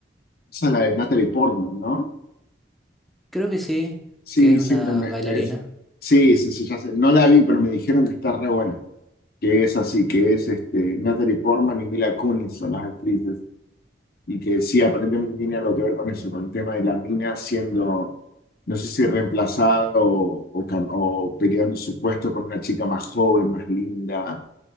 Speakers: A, on the left (about 55°); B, in the centre.
A: Esa es la de Natalie Portman, ¿no?
B: Creo que sí,
A: Sí,
B: que es una
A: sí, me- me-
B: bailarina.
A: es- sí, sí, sí, ya sé. No la vi, pero me dijeron que está re buena, que es así, que es este, Natalie Portman y Mila Kunis son las actrices y que sí, aparentemente tiene algo que ver con eso, con el tema de la mina siendo no sé si reemplazado o, o cam- o peleando su puesto con una chica más joven, más linda.